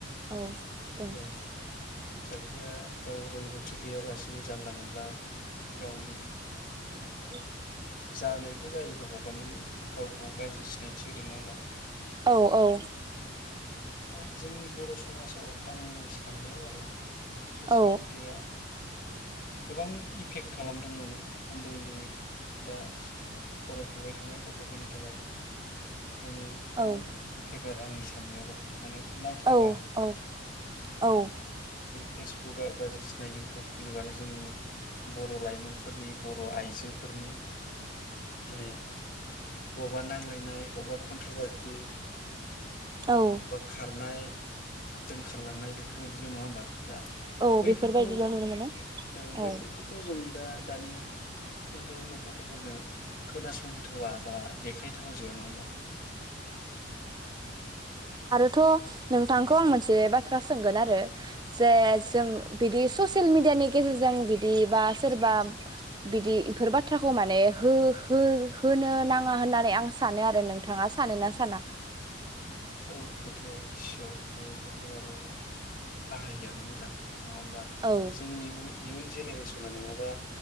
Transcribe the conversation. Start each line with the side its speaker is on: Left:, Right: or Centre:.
Right: औ। बुं
Left: औ। बिफाया गाव रोंगौथि गैयालासिनो जानला मोनला गावनि
Right: <inaudible>
Left: जानायबो जायैबो हगारनानै गावखौ गाज्रि सिनायथि होदों नङा होमबा?
Right: औ औ
Left: दा जोंनि बर' समाजाव आंनि साननायाव आरो ससियेल
Right: औ
Left: मिडियाया गोबां इफेक्ट खालामदों माने उन्दै उन्दै दा फरायफुबाय थानाय गथ'फोरनि थाखाय माने गोबां
Right: औ
Left: फेगार आंनि साननायावबा माने नायथावा
Right: औ औ औ।
Left: फेसबुकआ बायदिसिना इउटुब खुलिबानो जोंनि बर' लाइमोनफोरनि बर' आइजोफोरनि माने बबेबा नांलायनाय बबेबा खनथ्र'बार सि
Right: औ
Left: खारनाय। दोनखारलांनाय बेफोरबाय दिल' नङा होमबा। दा
Right: औ
Left: बैफोरखौ
Right: बेफोरबायदिल' नुनो मोनो
Left: ओ बैफोरखौथ'
Right: औ
Left: जों दा दानि उन्दै उन्दै गथ'फोरनो खोनासंगथावा बा देखायथाव जाया नङा होमबा?
Right: थ' नोंथांखौ आं मोनसे बाथ्रा सोंगोन आरो जे
Left: औ
Right: जों बिदि ससियेल मिडियानि गेजेरजों बिदि बा सोरबा बिदि बेफोर बाथ्राखौ माने हो हो होनो नाङा होननानै आं सानो आरो नों थाङा सानोना साना?
Left: औ बेथ' सियर बेफोर खौ आरो फाहायिआानो मोजां नङा होमबा
Right: औ
Left: जोंनि इयुन जेनेरेसनाव नङाबा